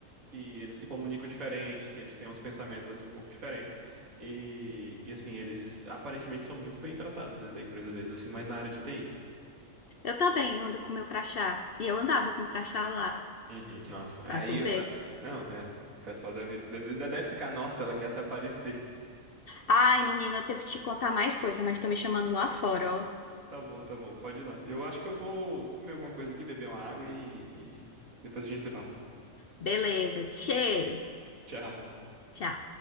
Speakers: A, on the right (about 80°); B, on the left (about 55°).
A: que eles se comunicam diferente, que eles têm uns pensamentos assim um pouco diferentes. E, e assim, eles aparentemente são muito bem tratados dentro da empresa deles, assim, mas na área de TI.
B: Eu também ando com meu crachá. E eu andava com o crachá lá,
A: Uhum, nossa.
B: pra
A: Aí
B: tu
A: eu.
B: ver.
A: é, Não, é. O pessoal deve, deve, deve ficar, nossa, ela quer se aparecer. <laughs>
B: Ai, menina, eu tenho que te contar mais coisa, mas estão me chamando lá fora, ó.
A: Tá bom, tá bom, pode ir lá. Eu acho que eu vou comer alguma coisa aqui, beber uma água e, e depois a gente se fala.
B: Beleza, cheiro.
A: Tchau.
B: Tchau.